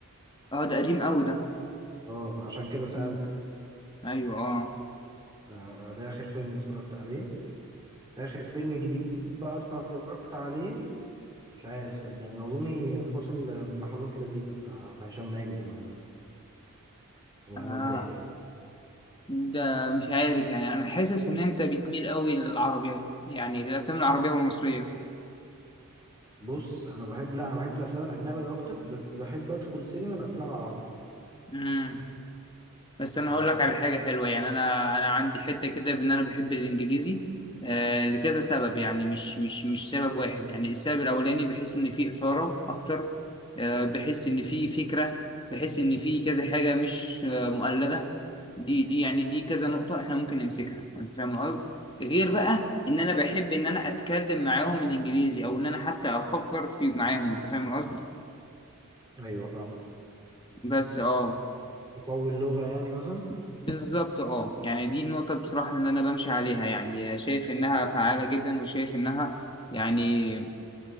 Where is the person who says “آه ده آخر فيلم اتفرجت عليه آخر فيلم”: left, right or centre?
Right